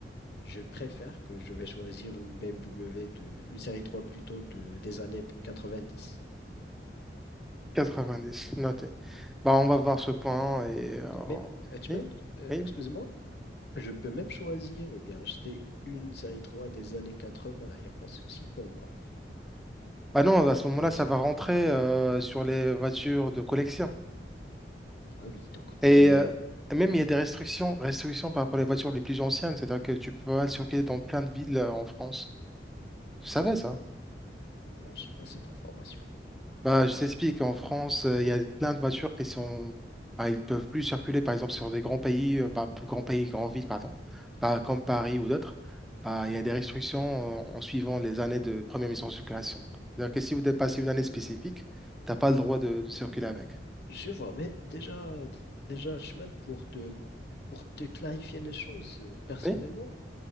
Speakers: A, on the left; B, in the centre.
A: je préfère que je vais choisir une BMW de, une série 3 plutôt de, des années 90.
B: 90, noté. Bah, on va voir ce point et euh,
A: Mais, Hutchman,
B: oui,
A: euh,
B: oui.
A: excuse-moi, je peux même choisir ou bien acheter une série 3 des années 80. Il n'y a pas de souci pour moi.
B: Bah non, à
A: Donc,
B: ce moment-là,
A: dans
B: ça
A: ce-
B: va rentrer euh, sur les voitures de collection.
A: ah oui, donc pour
B: Et
A: les.
B: euh, même,
A: Oui,
B: il y a des restrictions, restrictions par rapport aux voitures les plus anciennes. C'est-à-dire que tu peux pas circuler dans plein de villes euh, en France. Tu savais ça?
A: euh, non, je n'ai pas cette information.
B: Bah, je t'explique. En France, euh, il y a plein de voitures qui sont... bah, ils peuvent plus circuler, par exemple, sur des grands pays, euh, bah, pour grands pays, grandes villes, pardon, bah, comme Paris ou d'autres. Bah, il y a des restrictions euh, en suivant les années de première mise en circulation. C'est-à-dire que si vous dépassez une année spécifique, tu n'as pas le droit de, de circuler avec.
A: Je vois, mais déjà, déjà, Hutchman, pour te, pour te clarifier les choses, euh, personnellement,
B: Oui.